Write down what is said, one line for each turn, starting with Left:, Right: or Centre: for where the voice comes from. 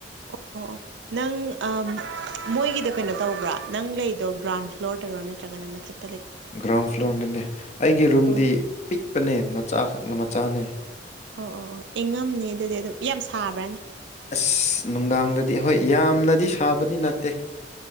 Right: ꯑꯣ ꯑꯣ ꯑꯣ ꯅꯪ ꯑꯥꯝ ꯃꯣꯏꯒꯤꯗꯣ ꯀꯩꯅꯣ ꯇꯧꯕ꯭ꯔꯥ ꯅꯪ ꯂꯩꯗꯣ ꯒ꯭ꯔꯥꯎꯟ ꯐ꯭ꯂꯣꯔꯗꯔꯣ ꯅꯠꯇ꯭ꯔꯒꯅ ꯃꯊꯛ
Left: ꯒ꯭ꯔꯥꯎꯟ ꯐ꯭ꯂꯣꯔꯗꯅꯦ ꯑꯩꯒꯤ ꯔꯨꯝꯗꯤ
Right: ꯑꯣ ꯑꯗꯨ
Left: ꯄꯤꯛꯄꯅꯦ ꯃꯆꯥ ꯈꯛꯅ ꯃꯆꯥꯅꯦ
Right: ꯑꯣ ꯑꯣ ꯑꯣ ꯏꯪꯉꯝꯅꯤ ꯑꯗꯨꯗꯤ ꯑꯗꯨ ꯌꯥꯝ ꯁꯥꯕ꯭ꯔꯥꯅꯦ
Left: ꯑꯁ ꯅꯨꯡꯗꯥꯡꯗꯗꯤ ꯍꯣꯏ ꯌꯥꯝꯅꯗꯤ ꯁꯥꯕꯗꯤ ꯅꯠꯇꯦ